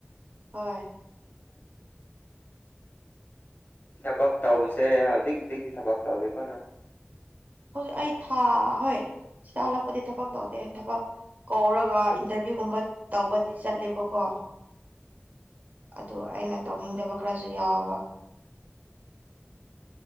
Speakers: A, on the right; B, on the left.
A: ꯍꯣꯏ
B: ꯎꯝ ꯊꯕꯛ ꯇꯧꯕꯁꯦ ꯍꯧꯖꯤꯛ ꯍꯧꯖꯤꯛꯇꯤ ꯊꯕꯛ ꯇꯧꯗꯦꯀꯣꯅ
A: ꯍꯧꯖꯤꯛ ꯑꯩ ꯊꯥ ꯍꯣꯏ ꯁꯤꯗ ꯍꯜꯂꯛꯄꯗꯤ ꯊꯕꯛ ꯇꯧꯗꯦ ꯊꯕꯛ ꯀꯧꯔꯒ ꯏꯟꯇꯔꯚꯤꯌꯨꯒꯨꯝꯕ ꯇꯧꯕꯗꯤ ꯆꯠꯂꯦꯕꯀꯣ ꯑꯗꯨ ꯑꯩꯅ ꯇꯧꯅꯤꯡꯗꯕ ꯈꯔꯁꯨ ꯌꯥꯎꯕ